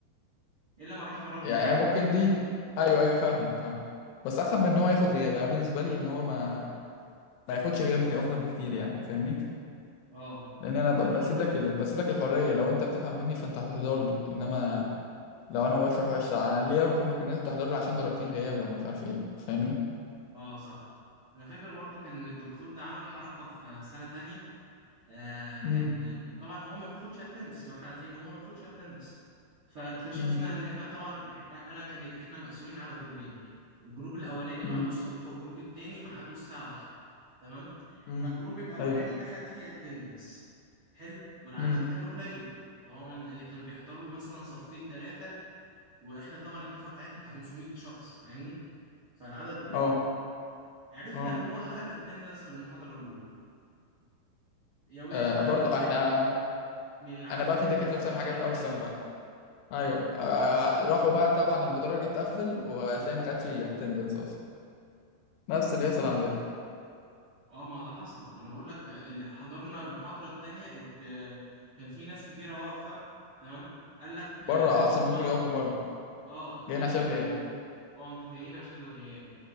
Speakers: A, on the right; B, on the left.
A: إلا من رحم ربي
B: يعني
A: يعني
B: هي ممكن
A: بقى في
B: دي ايوه ايوه فاهمك فاهم بس احسن من ان هو ياخد غياب يعني بالنسبه لي ان هو ما ما ياخدش غياب دي افضل بكتير يعني فاهمني
A: اه
B: لان انا
A: أنا
B: ب-
A: فاكر
B: بسيب
A: برضو
B: لك ال... بسيب لك الحريه لو انت بتفهم مني فانت هتحضر لي انما لو انا بشرح وحش لا، انا ليه ارغمك ان انت تحضر لي عشان درجتين غياب ولا مش عارف ايه فاهمني
A: اه صح انا فاكر برضو كان الدكتور ده عمل حركة في سنة تانية آه
B: امم
A: كان طبعا هو ما بياخدش التنس واحنا عارفين ان هو ما بياخدش التنس فاكتشفنا
B: امم
A: ان احنا طبعا إح- انا كان احنا مقسومين على جروبين الجروب الاولاني ميعاده
B: امم
A: الصبح والجروب التاني ميعاده الساعة واحدة تمام
B: امم
A: فالجروب الاولاني
B: ايوه
A: اخد فيه اتندنس حلو والعدد
B: امم
A: كان قليل طبعا اللي كان بيحضر له مثلا صفين ثلاثة واحنا طبعا الدفعة بتاعتنا 500 شخص فاهمني فالعدد قليل
B: اه
A: عرفنا
B: اه
A: ان هو اخد اتندنس في المحاضره الاولى يا ويلك
B: آه،
A: بقى
B: برضو
A: من اللي
B: احنا
A: من, من العدد
B: انا بقى
A: اللي
B: في دكاتره
A: كان في
B: بتعمل
A: المحاضره
B: حاجات
A: الثانيه
B: اوسخ بقى ايوه آه، راحوا بقى طبعا المدرج اتقفل وهتلاقيه ما خدش اتندنس اصلا نفس اللي بيحصل عندنا
A: اه ما ده حصل ما انا بقول لك اللي حضرنا المحاضره الثانيه اد- كان في ناس كتيره واقفه تمام قال لك
B: بره
A: آه، انتوا
B: اصلا
A: طبعا
B: ممكن يقفوا بره
A: اه قال
B: جايين
A: لك
B: عشان
A: انتوا
B: الغياب
A: اه انتوا جايين عشان الغياب